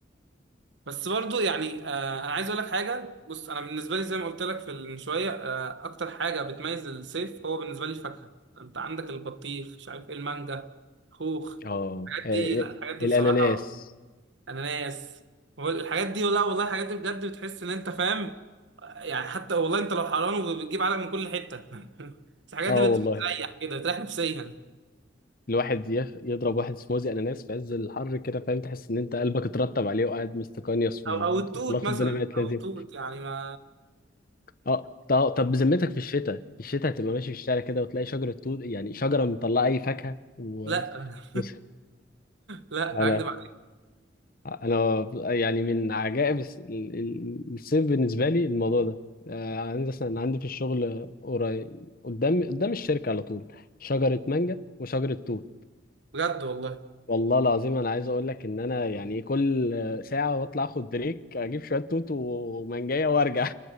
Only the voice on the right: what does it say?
بس برضو يعني آه انا عايز اقول لك حاجه بص انا بالنسبه لي زي ما قلت لك في ال- من شويه آه اكتر حاجه بتميز الصيف هو بالنسبه لي الفاكهه انت عندك البطيخ مش عارف ايه المانجا خوخ
الحاجات
دي لا الحاجات دي
بصراحه اناناس هو الحاجات دي لا والله الحاجات دي بجد بتحس ان انت فاهم آه، يعني حتى والله انت لو حران وبتجيب علق من كل حته <laughs> بس الحاجات
دي بت-
بتريح كده بتريح نفسيا
او
او التوت
مثلا
او
التوت يعني ما
لا
لا
هكدب عليك
بجد والله